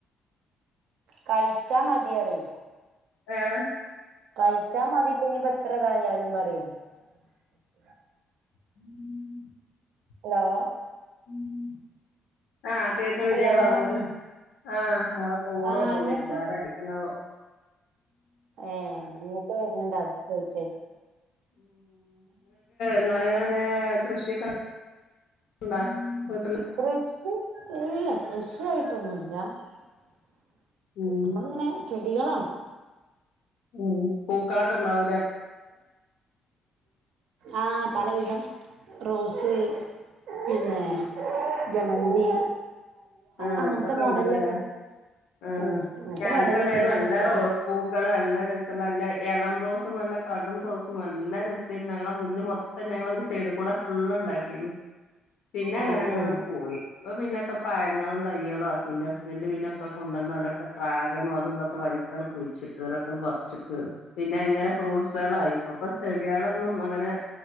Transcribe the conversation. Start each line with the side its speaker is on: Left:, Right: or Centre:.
Right: കഴിച്ചാ മതിയറി
Left: ആഹ്
Right: കഴിച്ചാ മതി പിനി പ എത്രതായാലും പറയ <unintelligible>
Left: ഉം
Right: ഹലോ?
Left: ഉം ആഹ് കേക്കണില്ലാ
Right: ഹലോ
Left: പറഞ്ഞോള്. ആഹ് വേറെ കോള്
Right: ആ
Left: വന്നോണ്ട്
Right: ഇങ്ങട്ട്
Left: ഇരിക. ആരാ അടിക്കുന്ന
Right: ഏ ഇങ്ങിട്ട് വരുന്നുണ്ട അതാ ചോച്ചോ.
Left: നിങ്ങളങ്ങനെ കൃഷിയൊക്കെ ഉണ്ട മ്
Right: കൊറെ ഇല്ല കൃഷായിട്ട മ്മക്കിങ്ങനെ
Left: ഉം
Right: ചെടികളാണ്.
Left: ഉം പൂക്കളൊക്കണ്ടാവു
Right: ആ പല വിധം. റോസ് പിന്നേ
Left: ഉം
Right: ജമന്തി. <inaudible>
Left: ആഹ് അങ്ങനത്തൊക്കെ
Right: അങ്ങനത്തെ മോഡലിലൊക്കെ
Left: ഉണ്ട് ലേ. ആഹ്
Right: ഉം അങ്ങനത്തെ
Left: ഞങ്ങക്ക്
Right: മോഡല്
Left: ഇണ്ടായീന്നു
Right: പിന്നെ
Left: നല്ല
Right: ഇലച്ചെടി
Left: റോസ് പൂക്കള് നല്ല രസള്ള ല്ല എളം റോസും നല്ല കടും റോസും നല്ല രസേര്ന്ന് ഞങ്ങടെ മുന്ന് മൊത്തം ഞങ്ങടെ ഒരു സൈഡ് കൂടെ ഫുള്ള് ഉണ്ടാക്കിര്ന്നു. പിന്നെ
Right: ആഹ്
Left: അങ്ങനെ അങ്ങനെ
Right: ആഹ്
Left: പോയി. അത് പിന്നെ ക്കം പഴങ്ങളും, തൈയ്യ്കളും, ആക്കിന്റെ ഹസ്ബൻന്ഡ്. പിന്നൊക്കെ കൊണ്ടുവന്ന്. അതൊക്കെ ഡ്രാഗൺ അതും ഇതുവോക്കെ. വലിക്കണ് കുഴിച്ചിട്ട്. പറിച്ചിട്ട് പിന്നെ അങ്ങനെ ഫ്രൂട്ട്സ്? <unintelligible> മ്മം അങ്ങനെ